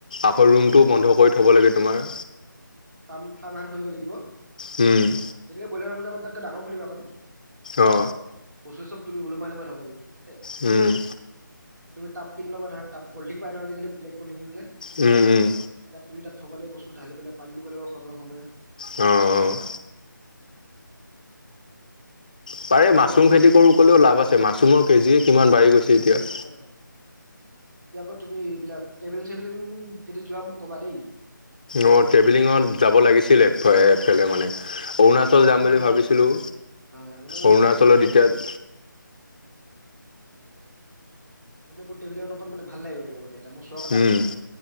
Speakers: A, on the left; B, on the right.
A: আকৌ ৰুমটোও বন্ধ কৰি থ'ব লাগে তোমাৰ।
B: <unintelligible> থাৰ্ম এখন খুলিব লাগিব।
A: উম।
B: যেনেকৈ বয়লাৰ তাতকৈ ডাঙৰ খুলিম এখন।
A: অঁ অঁ
B: বস্তু চব তুমি ওলোমাই ওলোমাই থব লাগিব, ঠিক আছে।
A: উম।
B: তুমি তাপ কিনি লবা তাৰপাছত পলথিন পাই নহয় আজিকালি ব্লেক পলিথিন যে।
A: উম, উম।
B: তাত তুমি তাত থব লাগিব বস্তু, পানী দিব লাগিব সময়ে সময়ে।
A: অঁ, অঁ।
B: উম।
A: পাৰে
B: আৰু
A: মাছৰুম
B: বাকী
A: খেতি কৰোঁ ক'লেও লাভ আছে। মাছৰুমৰ কেজিয়ে কিমান বাঢ়ি গৈছে এতিয়া।
B: হয়, হয়। এতিয়া আকৌ তুমি এইবিলাক ট্ৰেভিলিং- চেভিলিং যদি যোৱা মোক ক'বা দেই।
A: অঁ, ট্ৰেভেলিঙত যাব লাগিছিল এফালে এফালে
B: অ
A: মানে।
B: অ
A: অৰুণাচল
B: মানে
A: যাম
B: মোৰ
A: বুলি
B: এইবিলাক
A: ভাবিছিলোঁ,
B: হয় মানে মোৰ এইবিলাক
A: অৰুণাচলত
B: মানে মোৰ অকণ
A: এতিয়া-
B: ঠিকে কৈছে বাৰু মানে মোৰটবিল অকণ মানে ভাল লাগিব বেলেগ মানে। এটা মোৰ চখ এটা
A: উম,
B: আছে মানে